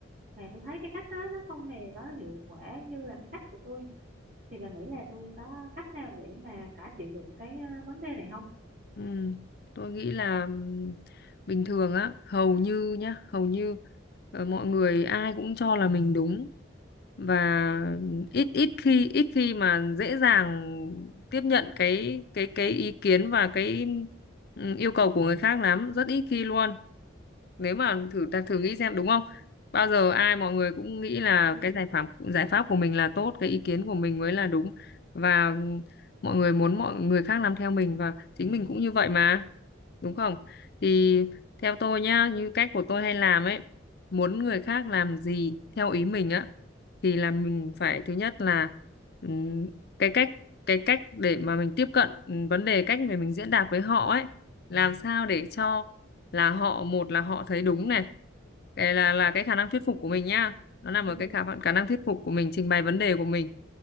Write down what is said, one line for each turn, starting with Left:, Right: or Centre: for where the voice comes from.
Right: mà tôi thấy cái cách đó nó không hề có hiệu quả như là cái cách của tôi thì bà nghĩ là tôi có cách nào để mà cải thiện được cái ờ, vấn đề này không
Left: Ừ, tôi nghĩ là ừm, bình thường á, hầu như nhá, hầu như ờ, mọi người ai cũng cho là mình đúng và ít ít khi ít khi mà dễ dàng tiếp nhận cái cái cái ý kiến và cái ừm, yêu cầu của người khác lắm, rất ít khi luôn nếu mà thử ta thử nghĩ xem đúng không bao giờ ai mọi người cũng nghĩ là
Right: ừ,
Left: cái giải pháp giải pháp của mình là tốt cái ý kiến của mình mới là đúng và ừ, mọi người muốn mọi người khác làm theo mình và chính mình cũng như vậy mà đúng không thì theo tôi nhá như cách của tôi hay làm ấy muốn người khác làm gì theo ý mình á thì là mình phải thứ nhất là ừm, cái cách cái cách để mà mình tiếp cận ừm, vấn đề cách để mình diễn đạt với họ ấy làm sao để cho là họ một là họ thấy đúng này cái là là cái khả năng thuyết phục của mình nhá nó nằm
Right: ừ.
Left: ở cái khả khả năng thuyết phục của mình trình bày vấn đề của mình